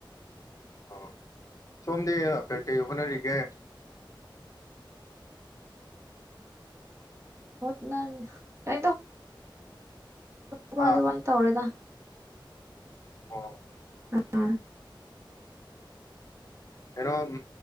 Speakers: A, on the left; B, on the right.
A: ꯑꯣ ꯁꯣꯝꯗꯤ ꯀꯩꯀꯔꯤ ꯍꯣꯠꯅꯔꯤꯒꯦ
B: ꯍꯠꯅ ꯀ ꯇ
A: ꯍꯥ
B: ꯗ ꯋꯥꯅꯤ ꯇꯧꯔꯦꯗ
A: ꯑꯣ
B: <unintelligible> ꯃ ꯑ
A: ꯀꯔꯣ ꯎꯝ